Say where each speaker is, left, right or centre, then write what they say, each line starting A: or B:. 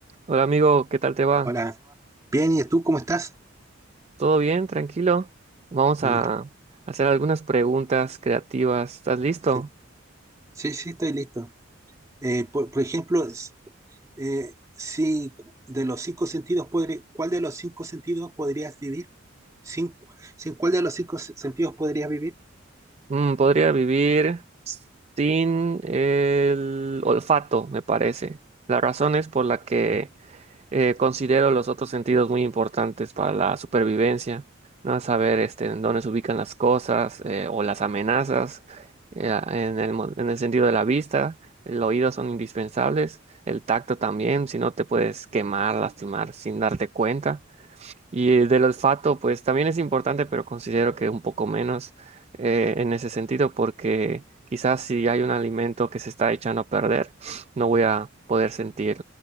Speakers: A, on the right (about 30°); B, on the right (about 15°).
A: Hola amigo, ¿qué tal te va?
B: Hola, bien, ¿y tú cómo estás?
A: ¿Todo bien? ¿Tranquilo? Vamos
B: Mm,
A: a hacer algunas preguntas creativas. ¿Estás listo?
B: Sí, sí, sí, estoy listo. Eh, por, por ejemplo, s- eh, si de los cinco sentidos, podri- ¿cuál de los cinco sentidos podrías vivir? ¿Sin, sin cuál de los cinco se- sentidos podrías vivir?
A: Mm, podría vivir sin el olfato, me parece. La razón es por la que eh, considero los otros sentidos muy importantes para la supervivencia, ¿no? Saber este, en dónde se ubican las cosas eh, o las amenazas, eh, en el, mo- en el sentido de la vista, el oído son indispensables, el tacto también, si no te puedes quemar, lastimar sin darte cuenta. Y eh, del olfato, pues también es importante, pero considero que un poco menos eh, en ese sentido, porque quizás si hay un alimento que se está echando a perder, no voy a poder sentir